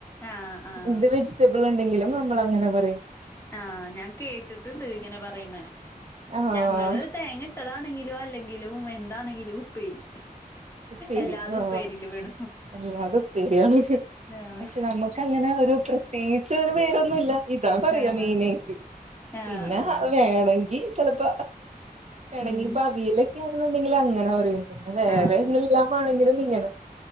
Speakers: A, on the left; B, on the right.
A: ആഹ് ആഹ്
B: എന്ത് വെജിറ്റബിൾ ഉണ്ടെങ്കിലും നമ്മൾ അങ്ങനെ പറയും.
A: ആഹ് ഞാൻ കേട്ടിട്ടുണ്ട് ഇങ്ങനെ പറയുന്ന
B: ആഹ്
A: ഞങ്ങള് തേങ്ങ ഇട്ടതാണെങ്കിലും അല്ലെങ്കിലും എന്താണെങ്കിലും ഉപ്പേരി
B: ഉപ്പേരി
A: എല്ലാതും
B: ആ
A: ഉപ്പേരില് പെടും
B: എല്ലാത് ഉപ്പേരി ആണ്
A: ആഹ്
B: പക്ഷെ നമ്മുക്ക് അങ്ങനെ ഒരു പ്രത്യേകിച്ച് ഒരു പേരൊന്നുല്ല ഇതാ പറയ
A: ആഹ്
B: മെയിനായിട്ട്
A: ആഹ്
B: പിന്നെ
A: ആഹ്
B: വേണെങ്കിൽ ചെൽപ്പ വേണെങ്കിപ്പ
A: ഉം
B: അവിയലൊക്കെ യാണെന്നുണ്ടെങ്കില് അങ്ങനെ പറയും പിന്നെ വേറെ
A: ആഹ്
B: എല്ലാമാണെങ്കിലും ഇങ്ങനെ